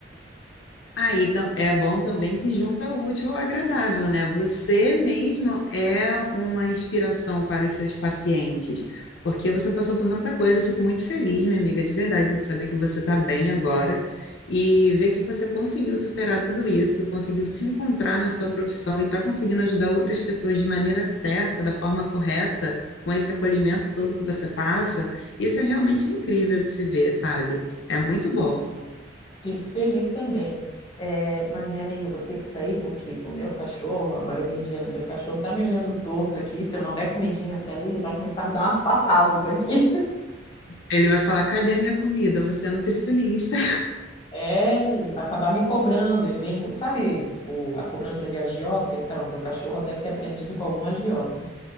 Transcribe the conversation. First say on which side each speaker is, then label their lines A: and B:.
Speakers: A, on the left; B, on the left.
A: Aí tam- é bom também que junta o útil ao agradável, né? Você mesmo é uma inspiração para os seus pacientes, porque você passou por tanta coisa. Eu fico muito feliz, minha amiga, de verdade, de saber que você está bem agora e ver que você conseguiu superar tudo isso, conseguiu se encontrar na sua profissão e está conseguindo ajudar outras pessoas de maneira certa, da forma correta, com esse acolhimento todo que você passa. Isso é realmente incrível de se ver, sabe? É muito bom.
B: Fico feliz também. Eh, mas, minha amiga, eu vou ter que sair porque o meu cachorro, agora é meio-dia, né? Meu cachorro tá me olhando torto aqui. Se eu não der comidinha para ele, ele vai começar a me dar umas <laughs> patadas aqui.
A: Ele vai falar: Cadê minha comida? Você é nutricionista.
B: É, vai acabar me cobrando. Ele vem, sabe, o, a cobrança de agiota? Então, meu cachorro deve ter aprendido com algum agiota.